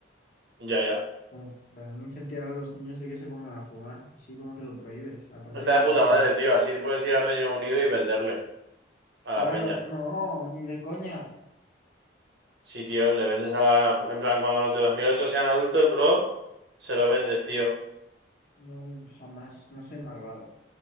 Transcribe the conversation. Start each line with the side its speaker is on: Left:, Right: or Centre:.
Right: Ya, ya.
Left: Como para no incentivar a los niños de que se pongan a fumar, así como que lo prohíbes, a partir
Right: Está
Left: de
Right: de puta
Left: una edad.
Right: madre, tío. Así puedes ir al Reino Unido y venderle a
Left: Claro,
Right: la peña.
Left: no, ni de coña.
Right: Sí, tío, le vendes a la... En plan, cuando los de 2008 sean adultos, bro, se lo vendes, tío.
Left: No, jamás, no soy malvado.